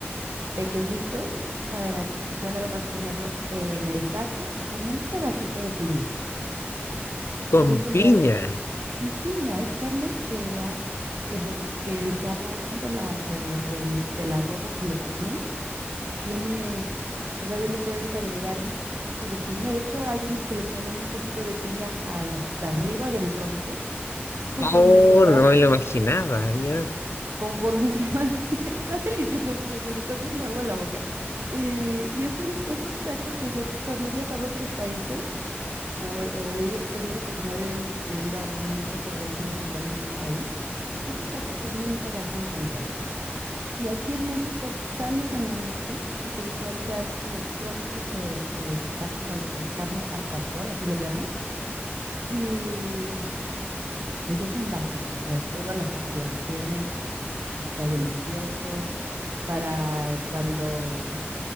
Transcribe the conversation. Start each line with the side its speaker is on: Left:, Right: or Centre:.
Right: pequeñitos para ya nada más ponerlo en el taco y con un pedacito de piña. Entonces
Left: Con
Right: eso
Left: piña.
Right: ya le, mm, Piña es carne que va, o sea, que, que el sabor de la, de- del, del adobo que le ponen tiene, todavía le puedes agregar un poquito de piña. De hecho, hay unos que le ponen un poquito de piña al- hasta arriba del trompo. Entonces, conforme
Left: Oh,
Right: se va
Left: no me lo imaginaba, ya.
Right: conforme se va, <laughs> está delicioso, hasta se me está haciendo agua en la boca. Eh, y es un, es un taco que yo cuando he viajado a otros países o, he o he ido- tenido la oportunidad de ir, de ir a un restaurante mexicano en otro país, es un taco que nunca vas a encontrar. Y aquí en México sales en la noche y te encuentras los trompos de, de tacos al- de carne al pastor, así le llaman. Y pues es un básico, o sea, todas las taquerías lo tienen, está delicioso para cuando,